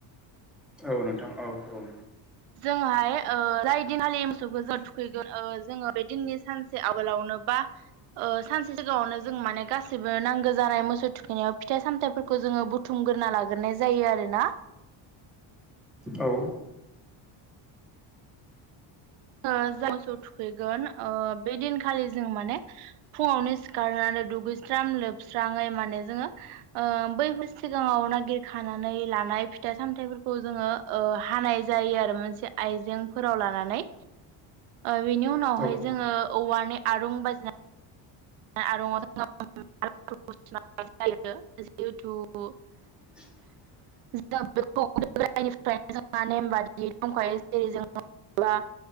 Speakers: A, in the centre; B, on the right (about 85°).
A: औ नोंथां औ औ
B: जोंहाय ओ जाय दिनखालि मोसौखौ जों थुखैगोन ओ जोङो बे दिननि सानसे आगोलावनो नो बा ओ सानसे सिगाङावनो जों माने गासिबो नांगौ जानाय मोसौ थुखैनायाव फिथाइ सामथफोर खो जोङो बुथुमग्रोना लाग्रोनाय जायो आरोना।
A: औ
B: ओ जाय मोसौ थुखैगोन ओ बे दिनखालि जों माने फुङावनो सिखारनानै दुगैस्रां लोबस्रांङै माने जोङो ओ बैफोर सिगाङाव नागिरखानानै लानाय फिथाइ सामथाइफोरखौ जोङो ओषहानाय जायो आरो मोनसे आइजेंफोराव लानानै। बेनि उनावहाय
A: औ
B: जोङो औवानि आरुं बाजिना आरोङआव <unintelligible> जायो जिहेथु
A: <inaudible>
B: जों बे गोदायनिफ्रायनो जोंहा नेम बादियै दंखायो जेरै जों